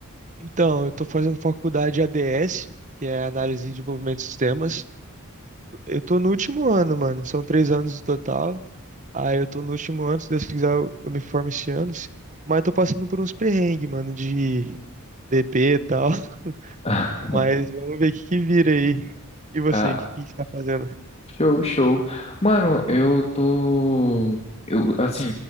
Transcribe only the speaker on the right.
então, eu tô fazendo faculdade de ADS, que é Análise e Desenvolvimento de Sistemas. Eu tô no último ano, mano, são três anos no total. Aí eu tô no último ano, se Deus quiser eu, eu me formo esse ano. Mas tô passando por uns perrengues, mano, de DP e tal. <laughs>
Mas vamos ver o que que vira aí. E você,
o que que tá fazendo?